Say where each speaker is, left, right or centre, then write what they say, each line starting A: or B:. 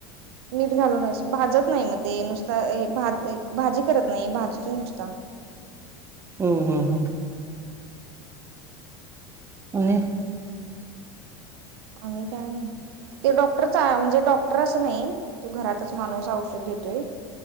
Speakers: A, on the right; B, on the right.
A: मीठ घालूनच. भाजत नाही मग ते नुसता हे भाजी करत नाही भाजूच नुसता.
B: हम्. हम. हम्. आणि --
A: आणि काय नाही. ते डॉक्टर आहे चा - -म्हणजे डॉक् क्टर असं नाही. तो घरातच माणूस औषध देतोय.